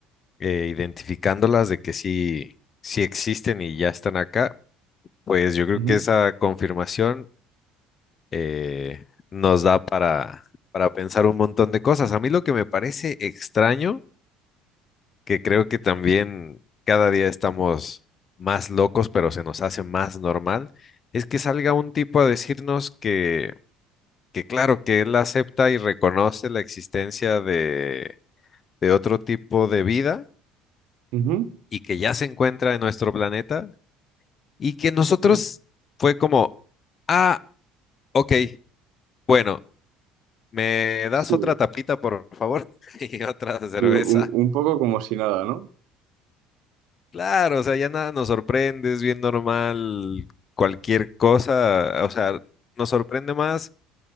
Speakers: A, on the left (about 40°); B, on the right (about 60°).
A: eh, identificándolas de que sí, sí existen y ya están acá, pues yo creo
B: Ujú,
A: que esa confirmación eh, nos da para, para pensar un montón de cosas. A mí lo que me parece extraño, que creo que también cada día estamos más locos, pero se nos hace más normal, es que salga un tipo a decirnos que, que claro, que él acepta y reconoce la existencia de, de otro tipo de vida
B: ujú,
A: y que ya se encuentra en nuestro planeta y que nosotros
B: Sí,
A: fue como, ah, ok, bueno. ¿Me das
B: sí.
A: otra tapita, por favor? <laughs> Y otra de cerveza.
B: Sí, un, un poco como si nada, ¿no?
A: Claro, o sea, ya nada nos sorprende, es bien normal cualquier cosa. O sea, nos sorprende más